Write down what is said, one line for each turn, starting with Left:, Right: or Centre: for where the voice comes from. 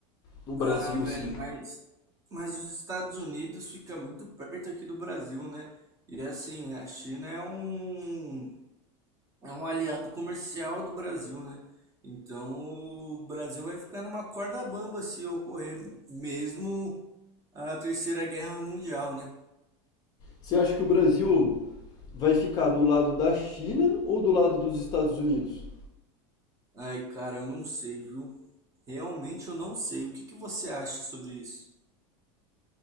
Left: No Brasil,
Right: Ah, velho,
Left: sim.
Right: mas mas os Estados Unidos fica muito perto aqui do Brasil, né? E assim, a China é um é um aliado comercial do Brasil, né? Então o Brasil vai ficar numa corda bamba se ocorrer mesmo a Terceira Guerra Mundial, né?
Left: Você acha que o Brasil vai ficar do lado da China ou do lado dos Estados Unidos?
Right: Ai, cara, eu não sei, viu? Realmente eu não sei. O que que você acha sobre isso?